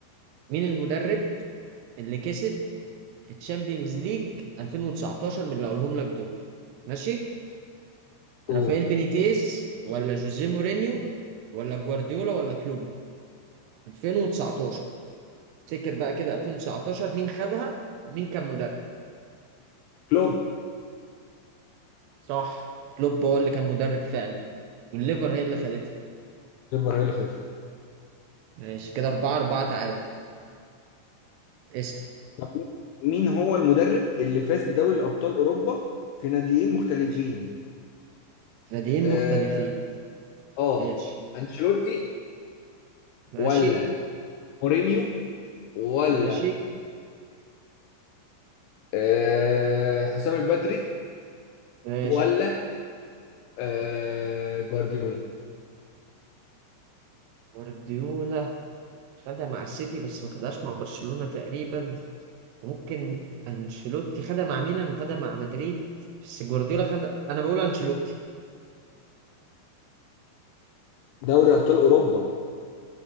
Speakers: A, on the right; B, on the left.
A: مين المدرب اللي كسب الشامبيونز ليج 2019 من اللي أقولهم لك دول ماشي
B: قول
A: رافائيل بينيتيز ولا جوزيه مورينيو ولا جوارديولا ولا كلوب 2019 افتكر بقى كده 2019 مين خدها ومين كان مدرب
B: كلوب
A: صح كلوب هو اللي كان مدرب فعلا والليفر هي اللي خدتها
B: ليفر هي اللي خدتها
A: ماشي كده أربعة أربعة تعادل اسأل
B: طب مين هو المدرب اللي فاز بدوري الأبطال أوروبا في ناديين مختلفين
A: ماشي ناديين
B: اه
A: مختلفين
B: آه،
A: ماشي
B: انشيلوتي
A: ماشي
B: ولا مورينيو ولا
A: ماشي
B: آه حسام البدري
A: ماشي
B: ولا آه جوارديولا
A: جوارديولا خدها مع السيتي بس ما خدهاش مع برشلونة تقريبا وممكن انشيلوتي خدها مع ميلان وخدها مع مدريد بس جوارديولا خدها انا بقول انشيلوتي
B: دوري ابطال اوروبا